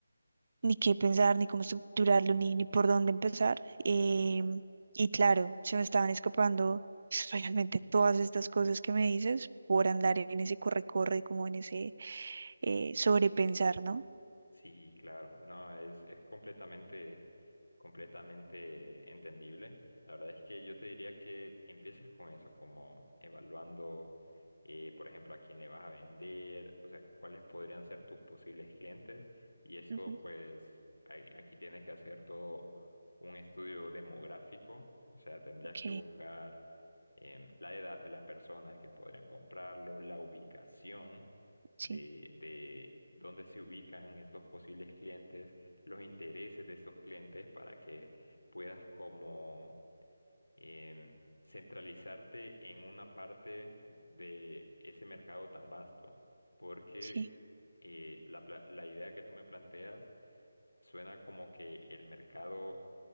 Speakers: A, on the right; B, on the left.
A: ni qué pensar, ni cómo estructurarlo, ni, ni por dónde empezar.
B: claro.
A: Em, y claro, se me estaban escapando <laughs> pues, realmente todas estas cosas que me dices por andar en ese corre-corre, como en ese eh, sobrepensar, ¿no?
B: Sí, claro, no, es, es completamente, completamente entendible. La verdad es que yo te diría que empieces con eso, como evaluando, eh, por ejemplo, a quién le vas a vender, o sea, cuáles podrían ser tus posibles clientes. Y esto,
A: Ujú,
B: pues, ahí- aquí tienes que hacer todo un estudio demográfico, o sea, tendrías
A: Ok,
B: que buscar em, la edad de las personas que podrían comprarlo, la ubicación
A: sí,
B: de, de dónde se ubican estos posibles clientes, los intereses de estos clientes para que puedas como em, centralizarte en una parte de ese mercado tan vasto. Porque
A: sí,
B: eh, la, pla- la idea que tú me planteas Suena como que el mercado